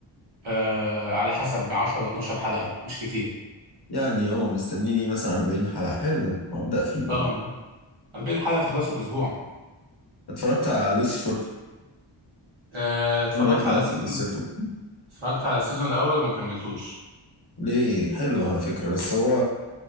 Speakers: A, on the right; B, on the left.
A: آه على حسب 10 12 حلقة مش كتير
B: يعني اه مستنيني مثلا 40 حلقة حلو وابدأ فيه برضه
A: اه يعني 40 حلقة تخلصوا في اسبوع
B: اتفرجت على لوسيفر
A: آه اتفرجت
B: ما يطلع
A: على
B: نفس
A: السيزون
B: قصته
A: اتفرجت على السيزون الاول وما كملتوش
B: ليه حلو على فكرة بس هو